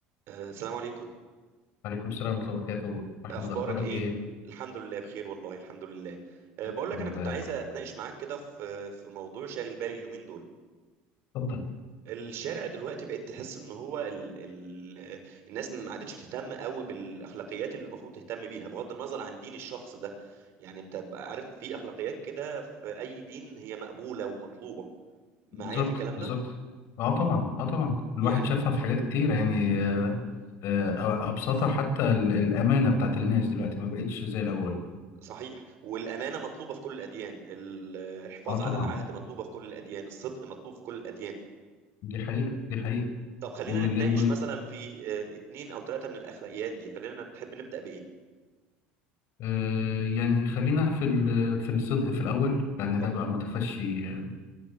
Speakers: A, on the right; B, on the left.
A: آه، السلام عليكم
B: وعليكم السلام ورحمة الله وبركاته محمود
A: اخبارك
B: أخبارك
A: ايه
B: إيه؟
A: الحمد لله بخير والله الحمد لله أه
B: الحمد
A: بقول لك انا كنت
B: لله
A: عايز
B: يا رب
A: اتناقش معاك كده في في موضوع شاغل بالي اليومين دول
B: اتفضل
A: الشارع دلوقتي بقيت تحس ان هو ال ال الناس ما عادتش بتهتم قوي بالاخلاقيات اللي المفروض تهتم بيها بغض النظر عن دين الشخص ده يعني انت بقى عارف في اخلاقيات كده في اي دين هي مقبولة ومطلوبة معايا
B: بالظبط
A: في الكلام
B: بالظبط
A: ده
B: أه طبعا أه طبعا الواحد
A: يعني
B: شافها في حاجات كتيرة يعني آه، آه، أبسطها حتى ال- الأمانة بتاعت الناس دلوقتي ما بقتش زي الأول
A: صحيح والأمانة مطلوبة في كل الأديان الحفاظ
B: أه طبعا
A: على العهد مطلوبة في كل الأديان الصدق مطلوب في كل الأديان
B: دي حقيقة دي حقيقة
A: طب خلينا
B: ول-
A: نتناقش
B: و
A: مثلا في آه، اتنين او تلاتة من الاخلاقيات دي خلينا تحب نبدأ بايه
B: آه، يعني خلينا في ال- في الصدق في الأول لأن
A: طب
B: ده بقى متفشي آه،